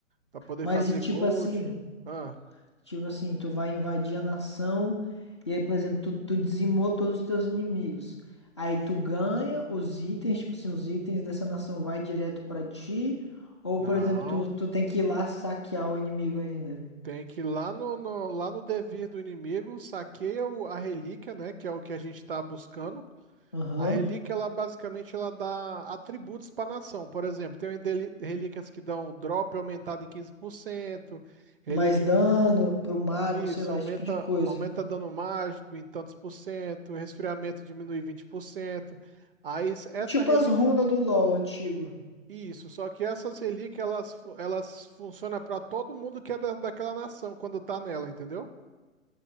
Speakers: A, on the right; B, on the left.
A: para poder
B: Mas
A: fazer
B: e tipo
A: gold.
B: assim.
A: Ah,
B: Tipo assim, tu vai invadir a nação e aí, por exemplo, tu, tu dizimou todos os teus inimigos. Aí tu ganha os itens, tipo assim, os itens dessa nação vai direto pra ti. Ou,
A: não.
B: por exemplo, tu, tu tem que ir lá saquear o inimigo ainda.
A: Tem que ir lá no, no- lá no devir do inimigo, saqueia o- a relíquia, né? Que é o que a gente está buscando.
B: Aham.
A: A relíquia, ela basicamente ela dá atributos pra nação. Por exemplo, tem deli- relíquias que dão drop aumentado em quinze por cento relíquia
B: Mais dano
A: que-
B: pro mago,
A: isso,
B: sei lá,
A: aumenta,
B: esse tipo de coisa.
A: aumenta dano mágico em tantos por cento, resfriamento diminui vinte por cento Aí s- essa
B: Tipo
A: relíquia
B: as runas do LoL antigo.
A: Isso, só que essas relíquias, elas, fu- elas funcionam para todo mundo que é da, daquela nação, quando tá nela, entendeu?